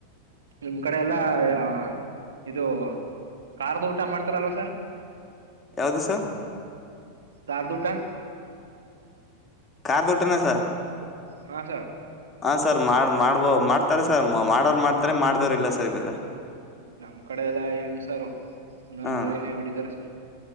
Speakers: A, on the right; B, on the left.
A: ನಿಮ್ ಕಡೆ ಎಲ್ಲಾ ಯ ಇದು. ಕಾರ್ದ ಊಟ ಮಾಡ್ತಾರಲ್ವ ಸರ್.
B: ಯಾವ್ದು ಸರ್.
A: ಕಾರ್ದ ಊಟಾ.
B: ಕಾರ್ದ ಊಟಾನಾ ಸರ್.
A: ಹಾ ಸರ್
B: ಹ ಸರ್ ಮಾಡ ಮಾಡ್ಬೋ ಮಾಡ್ತಾರೆ ಸರ್. ಮಾ ಮಾಡೋರು ಮಾಡ್ತಾರೆ ಮಾಡದೇವ್ರು ಇಲ್ಲ ಸರ್ ಇವಾಗ.
A: ನಮ್ ಕಡೆ ಎಲ್ಲ ಹೆಂಗ ಸಾರು. ಒಂದೊಂದ್
B: ಹಾ
A: ಮರಿನೇ ಹೊಡಿದಾರ ಸರ್